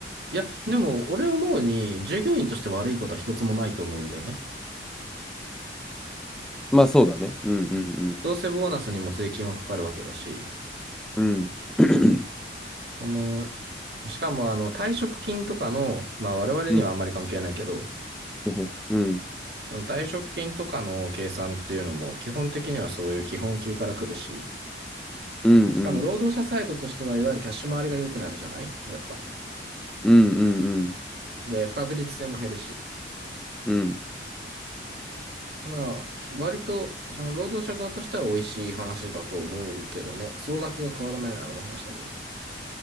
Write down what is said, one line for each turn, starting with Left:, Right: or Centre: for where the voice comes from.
Right: いや、でも俺思うに、従業員として悪いことは一つもないと思うんだよね。
Centre: まあそうだね。うんうん
Right: どうせボーナスにも税金はかかるわけだし、
Centre: うん。うん。<clears throat>
Right: その、しかもあの退職金とかの、まあ我々にはあんまり関係ないけど、
Centre: うん。<laughs> うんうん
Right: その退職金とかの計算っていうのも基本的にはそういう基本給から来るし、
Centre: うん
Right: しかも労働者サイドとしては、いわゆるキャッシュ回りが良くなるじゃないやっぱ。
Centre: うんうんうん。
Right: で、不確実性も減るし。
Centre: うん
Right: <clears throat> なあ、割と、その労働者側としては美味しい話だと思うけどね。総額が変わらないならの話だけど。